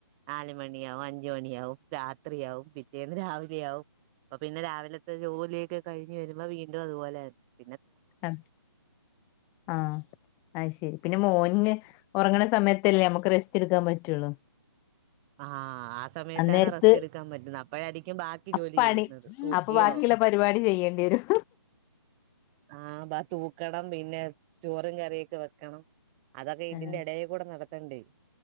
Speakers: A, on the right; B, on the left.
A: നാലുമണിയാവും അഞ്ച് മണിയാവും രാ ത്രിയാവും പിറ്റേന്ന് രാവി ലെയാവും അപ്പ പിന്നെ രാവിലത്തെ ജോലിയൊക്കെ കഴിഞ്ഞ് വരുമ്പോ വീണ്ടും അതുപോലെ തന്നെ
B: ആ ആ ആയ്ശെരി പിന്നെ മോന്ന് ഉറങ്ങണ സമയത്തല്ലേ നമുക്ക് റെസ്റ്റ് എട്ക്കാൻ പറ്റുള്ളൂ
A: ആഹ് ആ സമയത്താണ്
B: അന്നേരത്ത്
A: റസ്റ്റ് എട്ക്കാൻ പറ്റുന്നത് <unintelligible>
B: അപ്പണി
A: ജോലി ചെയ്യുന്നത് തൂക്കിയോ
B: അപ്പ ബാക്കിയൊള്ള പരിപാടി ചെയ്യേണ്ടിവരും
A: ആഹ് ബാ തൂക്കണം പിന്നെ ചോറും കറിയൊക്കെ വെക്കണം അതൊക്കെ ഇതിന്റെ
B: ആഹ്
A: എടേകൂടെ നടത്തണ്ടേ